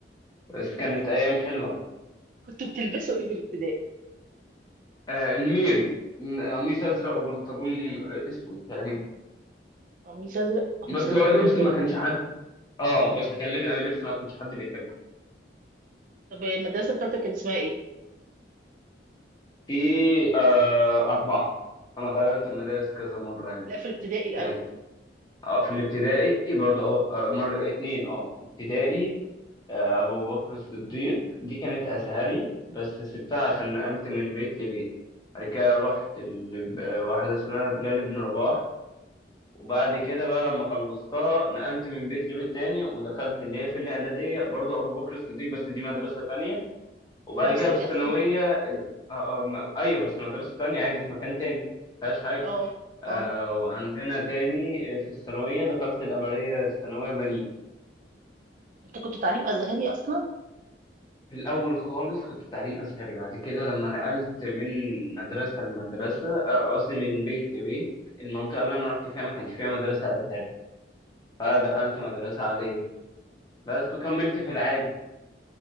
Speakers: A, on the left; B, on the right.
A: بس
B: <laughs>
A: كانت ايام حلوه
B: كنتوا بتلبسوا ايه في الابتدائي
A: آه الميري م- قميص ازرق وبنطلون آه، اسود تقريبا
B: قميص ازرق قميص
A: بس
B: ازرق
A: هو لبس
B: وبنطلون
A: ما كانش حد اه بس كان لب- لبس ما كانش حد بيحبه
B: طب المدرسه بتاعتك كان اسمها ايه
A: في آه أربعة أنا غيرت المدارس كذا مرة يعني
B: لا في الابتدائي الاول
A: كانت آه في الابتدائي برضو اه آه، مرة اتنين اه ابتدائي آه أبو بكر الصديق دي كانت أزهري بس سبتها عشان نقلت من بيت لبيت بعد كده رحت ال- آه، واحدة اسمها بلال بن رباح وبعد كده بقى لما خلصتها نقلت من بيت لبيت تاني ودخلت اللي هي في الإعدادية برضو أبو بكر الصديق بس دي مدرسة تانية وبعد
B: نفس
A: كده في
B: الاسم
A: الثانوية ال- آه آه ما- أيوه بس مدرسة تانية عادي في مكان تاني مفيهاش حاجة
B: اه
A: آه
B: اه
A: وعندنا تاني في الثانوية دخلت الأمرية الثانوية بنين
B: انت كنت تعليم ازهري اصلا
A: في الأول خالص كنت تعليم أزهري بعد كده لما نقلت من مدرسة لمدرسة آه، قصدي من بيت لبيت المنطقة اللي أنا رحت فيها ما كانش فيها مدرسة أزهري فدخلت مدرسة عادية بس وكملت في العادي